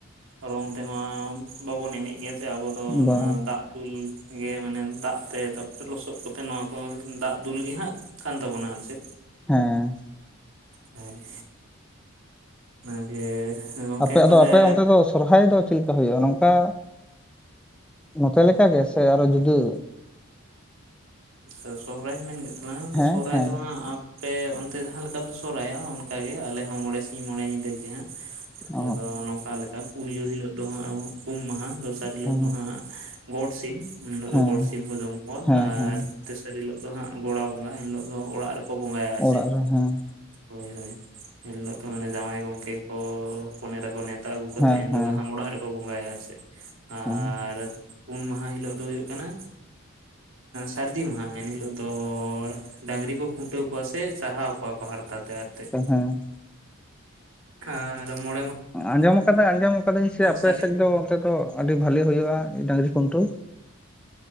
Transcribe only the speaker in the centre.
ᱵᱟᱝ
ᱦᱮᱸ
ᱟᱯᱮᱭᱟᱜ
ᱫᱚ ᱟᱯᱮ ᱚᱱᱛᱮ ᱫᱚ ᱥᱚᱨᱦᱟᱭ ᱫᱚ ᱪᱮᱫ ᱞᱮᱠᱟ ᱦᱩᱭᱩᱜᱼᱟ ᱱᱚᱝᱠᱟ ᱱᱚᱛᱮ ᱞᱮᱠᱟ ᱜᱮ ᱥᱮ ᱟᱨᱦᱚᱸ ᱡᱩᱫᱟᱹ
ᱦᱮᱸ
ᱦᱮᱸ
ᱚ
ᱦᱮᱸ
ᱦᱮᱸ
ᱦᱮᱸ
ᱦᱮᱸ
ᱚᱲᱟᱜ
ᱨᱮ ᱦᱮᱸ
ᱦᱮᱸ
ᱦᱮᱸ
ᱦᱮᱸ
ᱦᱮᱸ
ᱟᱸᱡᱚᱢ ᱟᱠᱟᱫᱟ ᱟᱸᱡᱚᱢ ᱠᱟᱹᱫᱟᱹᱧ ᱥᱮ ᱟᱯᱮ
ᱥᱮᱫ ᱫᱚ ᱛᱮ ᱫᱚ ᱟᱹᱰᱤ ᱵᱷᱟᱞᱞᱤ ᱦᱩᱭᱩᱜᱼᱟ ᱰᱟᱝᱨᱤ ᱠᱩᱱᱴᱟᱣ